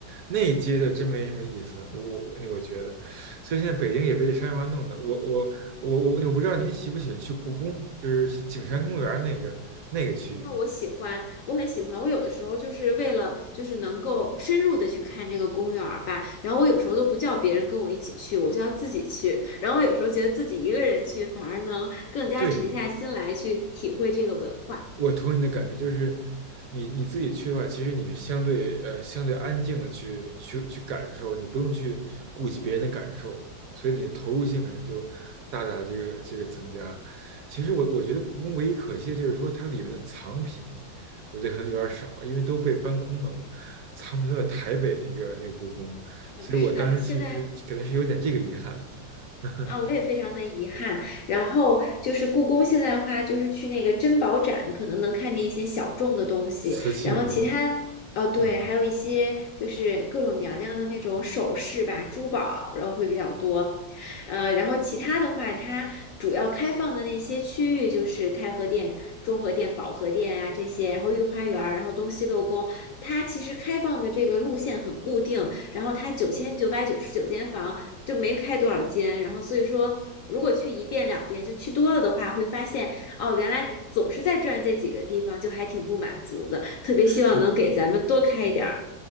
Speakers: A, on the right; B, on the left.
A: 那一街就真没什么意思，我我那我觉得，所以现在北京也被这商业化弄的，我我我我我不知道您喜不喜欢去故宫，就是是景山公园那个那个区域，
B: 那我喜欢，我很喜欢。我有的时候就是为了，就是能够深入的去看这个公园儿吧。然后我有时候都不叫别人跟我一起去，我就要自己去。然后我有时候觉得自己一个人去，反而能更加沉下心来去体会这个文化。
A: 对，我同意你的感觉，就是你你自己去的话，其实你是相对呃相对安静的去去去感受，你不用去顾及别人的感受，所以你投入性可能就大大这个这个增加。其实我我觉得故宫唯一可惜的就是说它里面的藏品，我觉得可能有点少，因为都被搬空了嘛，藏品都在台北那个那个故宫，
B: 嗯，
A: 所以我当时其实可能是有点这个遗憾，
B: 是的，现在
A: <laughs>
B: 啊，我也非常的遗憾。然后就是故宫现在的话，就是去那个珍宝展，可能能看见一些小众的东西。
A: 瓷器是吧？
B: 然后其他，哦，对，
A: 嗯，
B: 还有一些就是各种娘娘的那种首饰吧、珠宝，然后会比较多。呃，然后其他的话，它主要开放的那些区域就是太和殿、中和殿、保和殿啊这些，然后御花园儿，然后东西六宫，它其实开放的这个路线很固定。然后它九千九百九十九间房。就没开多少间，然后所以说，如果去一遍两遍，就去多了的话，会发现哦，原来总是在转这几个地方，就还挺不满足的。特别希望能给咱们多开一点儿。
A: 是